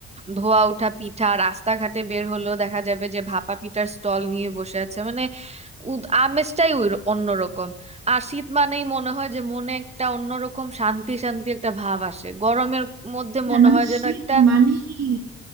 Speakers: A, on the right (about 20°); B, on the right (about 60°).
A: ধোয়া ওঠা পিঠা রাস্তাঘাটে বের হলেও দেখা যাবে যে ভাপা পিঠার স্টল নিয়ে বসে আছে মানে উদ- আমেজটাই ওই অন্যরকম আর শীত মানেই মনে হয় যে মনে একটা অন্যরকম শান্তি শান্তি একটা ভাব আসে গরমের মধ্যে
B: হ্যাঁ
A: মনে
B: মানে
A: হয় যেন
B: শীত
A: একটা
B: মানেই